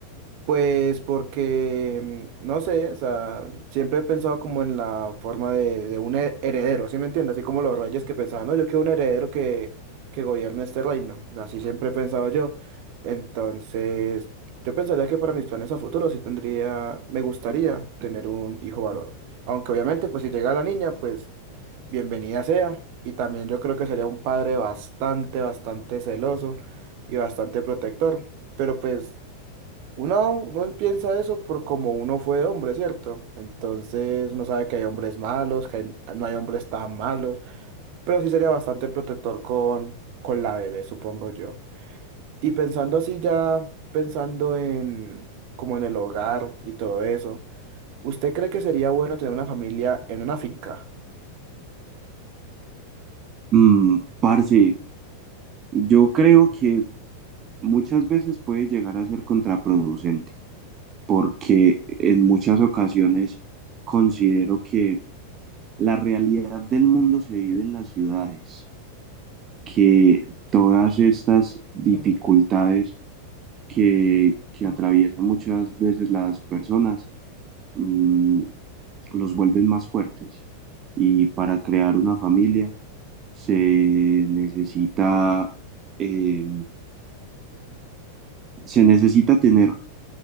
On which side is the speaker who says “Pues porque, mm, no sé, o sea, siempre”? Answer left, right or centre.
Right